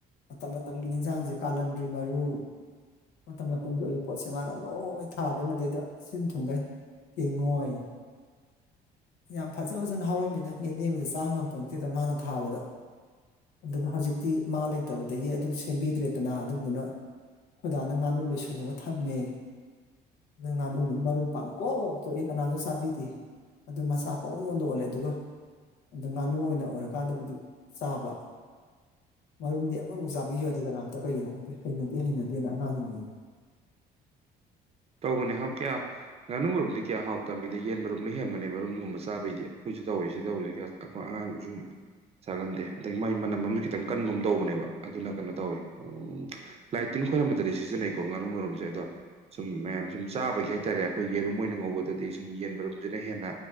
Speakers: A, on the left (about 85°); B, on the right (about 35°).
A: ꯃꯇꯝ ꯃꯇꯝꯒꯤ ꯍꯤꯟꯖꯥꯡꯁꯦ ꯀꯥꯂꯟꯗ꯭ꯔꯤ ꯃꯔꯨ ꯃꯇꯝ ꯃꯇꯝꯒꯤ ꯑꯣꯏꯕ ꯄꯣꯠꯁꯦ ꯃꯥꯅ ꯂꯣꯏ ꯊꯥꯗꯣꯢꯅꯦ ꯑꯗꯩꯗ ꯁꯤꯟ ꯊꯨꯡꯒꯩ ꯀꯦꯡꯉꯣꯏ ꯌꯥꯝ ꯐꯖ ꯐꯖꯅ ꯍꯧꯔꯝꯃꯤꯗ ꯌꯦꯟꯗꯦꯝꯖꯨ ꯆꯥ ꯉꯝꯄꯣꯟꯇꯦꯗ ꯃꯥꯅ ꯊꯥꯕꯗ ꯑꯗꯨꯗ ꯍꯧꯖꯤꯛꯇꯤ ꯃꯥ ꯂꯩꯇꯕꯗꯒꯤ ꯑꯗꯨ ꯁꯦꯝꯕꯤꯗ꯭ꯔꯦꯗꯅ ꯑꯗꯨꯗꯨꯅ ꯈꯣꯏ ꯗꯥꯅ ꯉꯥꯅꯨ ꯂꯣꯏꯁꯜꯂꯒ ꯊꯝꯃꯦ ꯅꯉꯥꯟꯅꯨꯗꯨꯅ ꯃꯔꯨꯝ ꯄꯪꯀꯣꯛ ꯀꯣꯛꯏ ꯀꯅꯥꯁꯨ ꯆꯥꯕꯤꯗꯦ ꯑꯗꯨ ꯃꯆꯥ ꯄꯑꯣꯟꯗ ꯑꯣꯜꯂꯦ ꯑꯗꯨꯒ ꯑꯗꯨ ꯉꯥꯅꯨ ꯑꯣꯏꯅ ꯑꯣꯏꯔꯀꯥꯟꯗꯕꯨꯗꯤ ꯆꯥꯕ ꯃꯔꯨꯝꯗꯤ ꯑꯃꯐꯧ ꯆꯥꯕꯤꯌꯨ ꯌꯥꯗꯦ ꯀꯅꯥꯝꯇ ꯀꯩꯒꯤꯅꯣ ꯈꯪꯗꯦ ꯍꯩꯅꯗꯦ ꯍꯩꯅꯗꯦꯅ ꯑꯉꯥꯡꯁꯤꯡꯁꯤ
B: ꯇꯧꯕꯅꯦ ꯍꯥꯎ ꯀ꯭ꯌꯥ ꯉꯥꯅꯨ ꯃꯔꯨꯝꯗꯤ ꯀ꯭ꯌꯥ ꯍꯥꯎ ꯇꯝꯅꯤꯗ ꯌꯦꯟ ꯃꯔꯨꯝꯅ ꯍꯦꯟꯕꯅꯦ ꯃꯔꯨꯝꯒꯨꯝꯕ ꯆꯥꯕꯩꯗꯤ ꯈꯣꯏꯖꯨ ꯇꯧꯋꯦ ꯁꯤ ꯇꯧꯕꯖꯦ ꯀ꯭ꯌꯥ ꯑꯈꯣꯏ ꯑꯉꯥꯡ ꯖꯨꯝ ꯆꯥꯒꯟꯗꯦ ꯑꯗꯒꯤ ꯃꯥꯒꯤ ꯃꯅꯝ ꯑꯃꯖꯨ ꯈꯤꯇꯪ ꯀꯟꯒꯨꯝ ꯇꯧꯕꯅꯦꯕ ꯑꯗꯨꯅ ꯀꯅꯣ ꯇꯧꯋꯤ ꯑꯪ ꯂꯥꯏꯇꯤꯟ ꯈꯣꯏꯔꯝꯕꯗꯗꯤ ꯁꯤꯖꯟꯅꯩꯀꯣ ꯉꯥꯅꯨ ꯃꯔꯨꯝꯖꯦ ꯑꯗꯣ ꯁꯨꯝ ꯃꯌꯥꯝꯅ ꯁꯨꯝ ꯆꯥꯕꯒꯤ ꯍꯥꯏꯇꯥꯔꯦ ꯑꯩꯈꯣꯏ ꯌꯦꯔꯨꯝ ꯑꯣꯏꯅ ꯉꯧꯕꯗꯗꯤ ꯁꯨꯝ ꯌꯦꯟ ꯃꯔꯨꯝꯖꯤꯅ ꯍꯦꯟꯅ